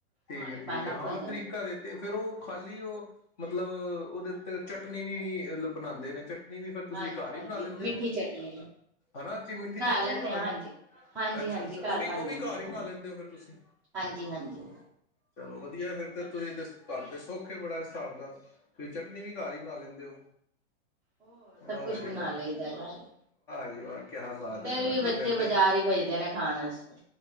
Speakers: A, on the left; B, in the centre.
A: ਠੀਕ
B: ਪਾਣੀ
A: ਹੈ ਠੀਕ
B: ਪਾਣਾ
A: ਹੈ
B: ਫੁੱਲ
A: ਹਾਂ
B: ਜਾਂਦਾ
A: ਤਰੀਕਾ ਦੇਤੇ ਫ਼ਿਰ ਉਹ ਖਾਲੀ ਉਹ ਮਤਲਬ ਉਹਦੇ ਉੱਤੇ ਚਟਨੀ ਵੀ ਬਣਾਂਦੇ ਨੇ 'ਚ ਚਟਨੀ ਵੀ ਫਿਰ ਤੁਸੀਂ
B: ਹਾਂਜੀ
A: ਘਰ ਹੀ
B: ਹਾਂਜੀ
A: ਬਣਾ ਲੈਂਦੇ
B: ਮਿੱਠੀ
A: ਹੋ
B: ਚਟਨੀ
A: ਹਨਾ, ਮਿੱਠੀ ਚਟਨੀ
B: ਲੈਂਦੇ
A: ਵੀ ਬਣਾ
B: ਹਾਂ
A: ਦੀ
B: ਹਾਂਜੀ ਹਾਂਜੀ
A: ਅੱਛਾ
B: ਹਾਂਜੀ
A: ਅੱਛਾ ਉਹ
B: ਘਰ
A: ਵੀ
B: ਬਣ
A: ਉਹ ਵੀ
B: ਜਾਂਦੀ
A: ਘਰ ਹੀ
B: ਆ
A: ਬਣਾ ਲੈਂਦੇ ਹੋ ਫਿਰ ਤੁਸੀਂ
B: ਹਾਂਜੀ ਹਾਂਜੀ
A: ਚਲੋ ਵਧੀਆ ਫਿਰ ਤੇ ਤੁਸੀਂ ਤੁਹਾਨੂੰ ਤੇ ਸੁਖ ਏ ਬੜਾ ਹਿਸਾਬ ਦਾ ਤੁਸੀਂ ਚਟਨੀ ਵੀ ਘਰ ਹੀ ਬਣਾ ਲੈਂਦੇ ਹੋ।
B: ਹੋਰ ਸਭ
A: ਵਾਹ
B: ਕੁਛ ਬਣਾ
A: ਜੀ ਵਾਹ
B: ਲਈਦਾ ਘਰ
A: <unintelligible> ਕਿਆ ਬਾਤ
B: ਫੇਰ
A: ਹੈ ਤੁਹਾਡੀ
B: ਵੀ ਬੱਚੇ
A: ਫਿਰ
B: ਬਾਜ਼ਾਰ
A: ਤੇ
B: ਹੀ ਭੇਜਦੇ ਨੇ ਖਾਣ ਵਾਸਤੇ